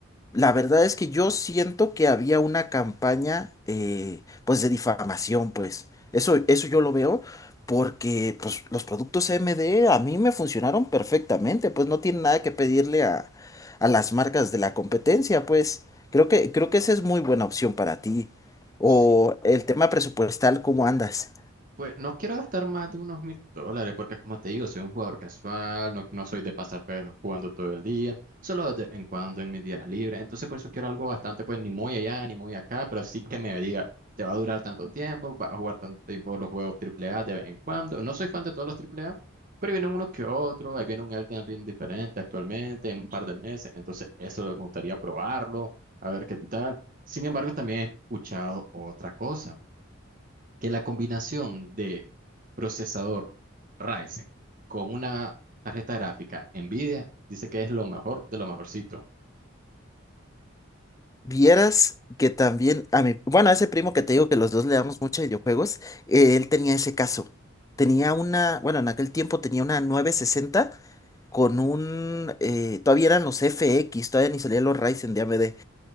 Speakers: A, on the left; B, on the right.
A: La verdad es que yo siento que había una campaña, eh, pues, de difamación, pues. Eso, eso yo lo veo porque, pues, los productos M D a mí me funcionaron perfectamente, pues, no tiene nada que pedirle a, a las marcas de la competencia, pues. Creo que, creo que esa es muy buena opción para ti. O
B: Sí.
A: el tema presupuestal, ¿cómo andas?
B: Pues no quiero gastar más de unos mil dólares porque como te digo, soy un jugador casual, no, no soy de pasar pues, jugando todo el día, solo de vez en cuando en mis días libres. Entonces por eso quiero algo bastante, pues ni muy allá ni muy acá, pero sí que me diga, te va a durar tanto tiempo, vas a jugar tanto tiempo los juegos triple A de vez en cuando. No soy fan de todos los triple A pero vienen unos que otros, ahí viene un Elden Ring diferente actualmente en un par de meses, entonces eso me gustaría probarlo, a ver qué tal. Sin embargo, también he escuchado otra cosa que la combinación de procesador Ryzen con una tarjeta gráfica NVIDIA dice que es lo mejor de lo mejorcito.
A: Vieras que también a mi, bueno, a ese primo que te digo que los dos le damos mucho a videojuegos, eh, él tenía ese caso. Tenía una, bueno, en aquel tiempo tenía una nueve sesenta con un, eh, todavía eran los FX, todavía ni salían los Ryzen de AMD.